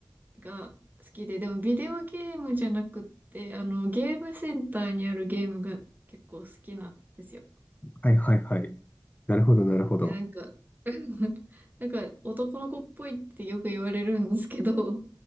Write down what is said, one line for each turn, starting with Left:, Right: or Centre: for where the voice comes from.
Right: が好きで、でもビデオゲームじゃなくって、あの、ゲームセンターにあるゲームが結構好きなんですよ。
Left: はいはいはい。なるほどなるほど。
Right: で、なんか、<laughs> なんか男の子っぽいってよく言われるんですけど、